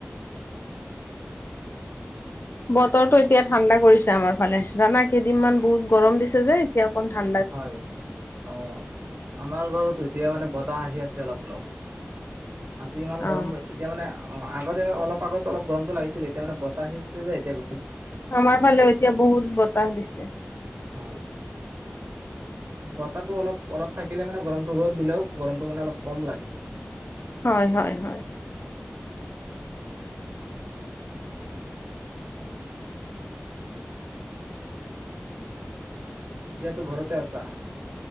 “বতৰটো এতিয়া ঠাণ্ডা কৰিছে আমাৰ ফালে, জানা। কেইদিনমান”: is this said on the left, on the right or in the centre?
Left